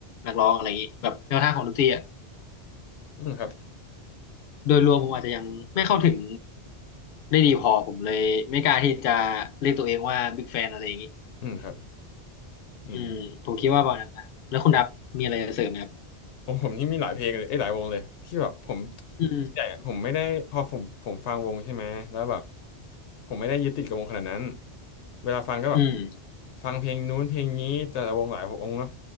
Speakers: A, on the left; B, on the left.
A: นักร้องอะไรอย่างนี้แบบแนวทางของดนตรีอะ
B: อืมครับ
A: โดยรวมผมอาจจะยังไม่เข้าถึงได้ดีพอผมเลยไม่กล้าที่จะเรียกตัวเองว่าบิ๊กแฟนอะไรอย่างนี้
B: อืมครับอืม
A: อืมผมคิดว่าประมาณนั้นนะแล้วคุณดับมีอะไรจะเสริมไหมครับ
B: ผมผมนี่มีหลายเพลงเลยเอ้ยหลายวงเลยที่แบบผม
A: อืม
B: ใหญ่อะผมไม่ได้พอผมผมฟังวงใช่ไหมแล้วแบบผมไม่ได้ยึดติดกับวงขนาดนั้น เวลาฟังก็แบบ
A: อืม
B: ฟังเพลงนู้นเพลงนี้แต่ละวงหลายวงเนาะ